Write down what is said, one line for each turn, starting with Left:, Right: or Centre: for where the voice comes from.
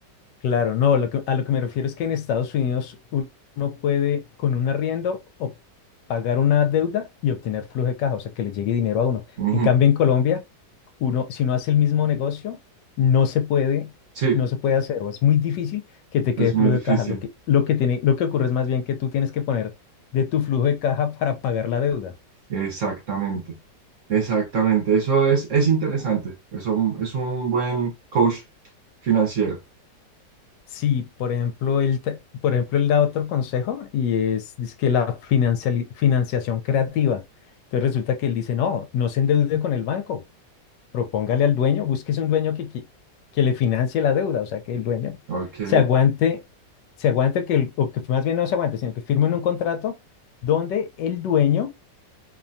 Left: Claro, no, lo que- a lo que me refiero es que en Estados Unidos un- uno puede con un arriendo o pagar una deuda y obtener flujo de caja, o sea, que le llegue dinero a uno.
Right: Ujú,
Left: En cambio, en Colombia, uno, si no hace el mismo negocio, no se puede,
Right: Sí.
Left: no se puede hacer, o es muy difícil que te quede
Right: Es
Left: flujo
Right: muy difícil.
Left: de caja. Lo que, lo que tiene, lo que ocurre es más bien que tú tienes que poner de tu flujo de caja para pagar la deuda.
Right: Exactamente, exactamente. Eso es, es interesante. Es un, es un buen coach financiero.
Left: Sí, por ejemplo, él, ta- por ejemplo, él da otro consejo y es, que la financiali- financiación creativa. Entonces resulta que él dice, no, no se endeude con el banco, propóngale al dueño, búsquese un dueño que, que, que le financie la deuda, o sea, que el dueño
Right: Ok,
Left: se aguante, se aguante que, el- o que más bien no se aguante, sino que firmen un contrato donde el dueño